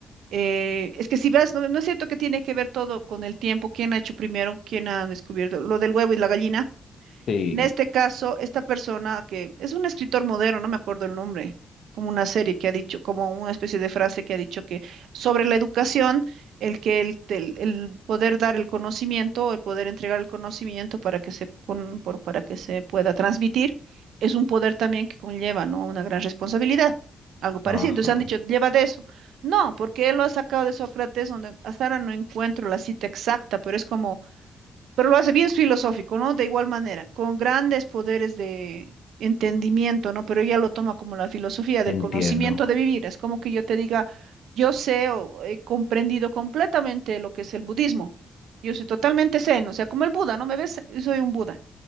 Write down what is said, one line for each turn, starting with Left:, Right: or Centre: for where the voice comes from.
Right: Eh, es que si vas, no, no es cierto que tiene que ver todo con el tiempo, quién ha hecho primero, quién ha descubierto lo del huevo y la gallina.
Left: sí.
Right: En este caso, esta persona que es un escritor moderno, no me acuerdo el nombre, como una serie que ha dicho, como una especie de frase que ha dicho que sobre la educación, el que el, el- el poder dar el conocimiento, el poder entregar el conocimiento para que se, con- por- para que se pueda transmitir, es un poder también que conlleva, ¿no? Una gran responsabilidad. Algo parecido.
Left: Ajá,
Right: Entonces han dicho, lleva de eso. No, porque él lo ha sacado de Sócrates, donde hasta ahora no encuentro la cita exacta, pero es como pero lo hace bien filosófico, ¿no? De igual manera, con grandes poderes de entendimiento, ¿no? Pero ella lo toma como la filosofía del
Left: entiendo.
Right: conocimiento de vivir. Es como que yo te diga, yo sé o he comprendido completamente lo que es el budismo. Yo soy totalmente zen, o sea, como el Buda, ¿no? ¿Me ves? Yo soy un Buda